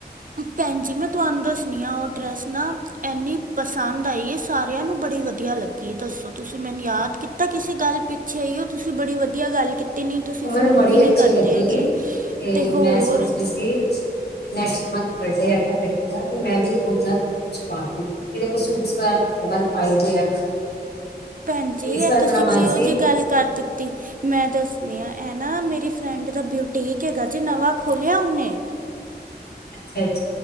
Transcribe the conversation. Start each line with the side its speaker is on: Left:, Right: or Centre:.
Right: ਭੈਣਜੀ ਮੈਂ ਤੁਹਾਨੂੰ ਦੱਸਣੀ ਆ ਉਹ ਡਰੈਸ ਨਾ ਇੰਨੀ ਪਸੰਦ ਆਈ ਹੈ, ਸਾਰਿਆਂ ਨੂੰ ਬੜੀ ਵਧੀਆ ਲੱਗੀ। ਦੱਸੋ ਤੁਸੀਂ ਮੈਨੂੰ ਯਾਦ ਕੀਤਾ ਕਿਸੇ ਗੱਲ ਪ ਅੱਛੇਾ ਅਓ ਤੁਸੀਂ ਬੜੀ ਵਧੀਆ ਗੱਲ ਕੀਤੀ, ਨਹੀਂ ਤੁਸੀਂ
Left: ਉਹ
Right: ਫ਼ੋਨ
Left: ਮੈਨੂੰ ਬੜੀ
Right: ਵੀ ਨਹੀਂ
Left: ਅੱਛੀ
Right: ਕਰਦੇ
Left: ਲੱਗੀ
Right: ਹੈਗੇ।
Left: ਤੇ
Right: ਅਤੇ ਹੋਰ
Left: ਮੈਂ ਸੋਚ ਰਹੀ ਸੀ ਨੈਕਸਟ ਮੰਥ ਬਰਡੇ ਹੈਗਾ ਬੇਟੇ ਦਾ ਤੇ ਮੈਂ ਵੀ ਓਦਾਂ ਦੀਛ <unintelligible> ਸੂਟ <unintelligible> ਹੇਰ ਫਾਈਦੇ ਆ
Right: ਭੈਣਜੀ,
Left: ਤੇ ਇਸ
Right: ਆ
Left: ਵਾਰ
Right: ਤੁਸੀਂ
Left: ਮੇਰਾ ਮਨ
Right: ਕਿਹੋ
Left: ਸੀ
Right: ਜਿਹੀ ਗੱਲ ਕਰ ਦੀ? ਤੇ ਮੈਂ ਦੱਸਣੀ ਆਂ। ਇਹ ਨਾ ਮੇਰੀ ਫਰੈਂਡ ਦਾ ਬੁਟੀਕ ਹੈਗਾ ਜੇ, ਨਵਾਂ ਖੋਲਿਆ ਓਨੇ।
Left: ਅੱਛਾੱ।